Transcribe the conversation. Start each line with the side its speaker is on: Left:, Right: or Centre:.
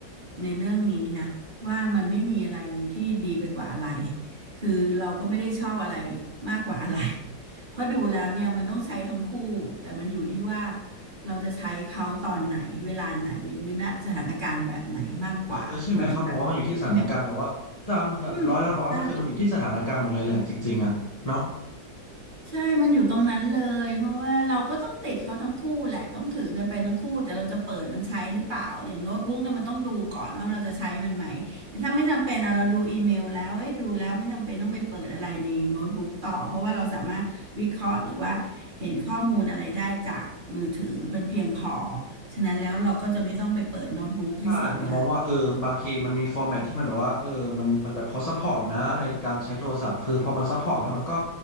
Right: ในเรื่องนี้นะว่ามันไม่มีอะไรที่ดีไปกว่าอะไรคือเราก็ไม่ได้ชอบอะไรมากกว่าอะไร <laughs> เพราะดูแล้วเนี่ยมันต้องใช้ทั้งคู่แต่มันอยู่ที่ว่าเราจะใช้เขาตอนไหนเวลาไหนหรือณสถานการณ์แบบไหนมากกว่าถูกไหมคะใช่ไหม
Left: เออใช่ไหมครับผมว่ามันอยู่ที่สถานการณ์แบบว่าตามแบบร้อยละร้อยมันคือมันอยู่ที่สถานการณ์หมดเลยแหละจริงๆอ่ะเนาะ
Right: อืมใช่ ใช่ มันอยู่ตรงนั้นเลยเพราะว่าเราก็ต้องติดเขาทั้งคู่แหละ ต้องถือกันไปทั้งคู่แต่เราจะเปิดมันใช้หรือเปล่า อย่างโน้ตบุ๊กเนี่ยมันต้องดูก่อนว่าเราจะใช้มันไหมถ้าไม่จำเป็นอะเราดูอีเมลแล้วเอ้ยดูแล้วไม่จำเป็นต้องไปเปิดอะไรในโน้ตบุ๊กต่อ เพราะว่าเราสามารถวิเคราะห์หรือว่าเห็นข้อมูลอะไรได้จากมือถือเป็นเพียงพอฉะนั้นแล้วเราก็จะไม่ต้องไปเปิดโน้ตบุ๊กให้เสียเวลา
Left: ใช่ผมมองว่าเออบางทีมันมีฟอร์แมตที่มันแบบว่าเออมันมันแบบเขาซัพพอร์ตนะในการใช้โทรศัพท์คือพอมันซัพพอร์ตแล้วมันก็